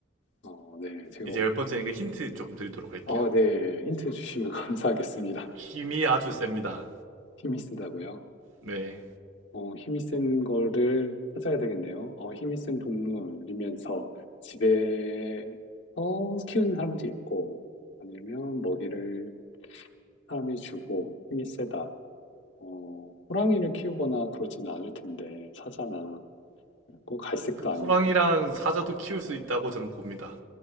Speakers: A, on the left; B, on the right.
A: 어, 네, 제가
B: 이제 열 번째니까 힌트 좀 드리도록 할게요.
A: 어, 네, 힌트 주시면 <laughs> 감사하겠습니다.
B: 힘이 아주 셉니다.
A: 힘이 세다고요?
B: 네.
A: 어, 힘이 센 거를 찾아야 되겠네요. 어, 힘이 센 동물이면서 집에 어, 키우는 사람도 있고 아니면 먹이를 사람이 주고 힘이 세다. 어, 호랑이를 키우거나 그러진 않을 텐데 사자나 꼭 갈색도 아니고
B: 그 호랑이랑 사자도 키울 수 있다고 저는 봅니다.